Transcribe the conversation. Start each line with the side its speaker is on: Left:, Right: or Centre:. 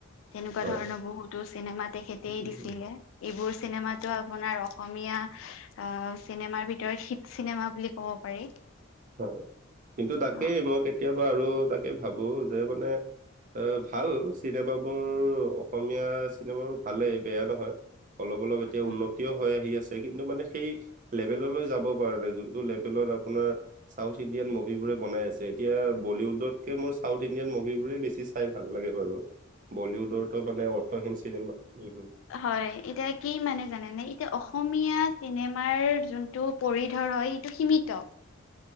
Left: তেনেকুৱা
Right: হয়
Left: ধৰণৰ বহুতো চিনেমা‌ তেখে
Right: উম,
Left: তেখেতেই দিছিলে এইবোৰ চিনেমাতো আপোনাৰ অসমীয়া- আ চিনেমাৰ ভিতৰত হিট চিনেমা বুলি ক'ব পাৰি।
Right: হয়ঁ কিন্তু তাকেই
Left: অ
Right: মই কেতিয়াবা আৰু তাকেই ভাবো যে মানে এ ভাল চিনেমাবোৰ অসমীয়া চিনেমাবোৰ ভালেই বেয়া নহয়। অলপ অলপ এতিয়া
Left: উম
Right: উন্নত থিয় হৈ আহি আছে কিন্তু মানে সেই লেভেললৈ যাব পৰা নাই যোনটো লেভেলত আপোনাৰ- চাউথ ইণ্ডিয়ান মুভিবোৰে বনাই আছে এতিয়া বলিউডতকে মই চাউথ ইণ্ডিয়ান মুভিবোৰেই বেছি চাই ভাল লাগে বাৰু বলিউডৰতো মানে অৰ্থহীন চিনেমা উমঁ উমঁ।
Left: হয়ঁ এতিয়া কি মানে জানেনে এতিয়া অসমীয়া চিনেমাৰ যোন টো পৰিধৰ হয় ইটো সীমিত।